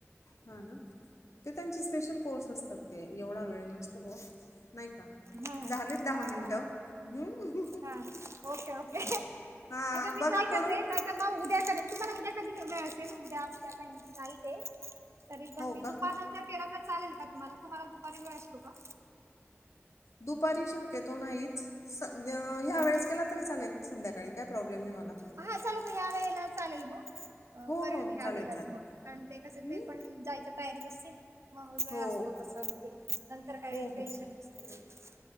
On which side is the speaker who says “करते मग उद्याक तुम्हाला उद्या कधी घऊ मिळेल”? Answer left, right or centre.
Right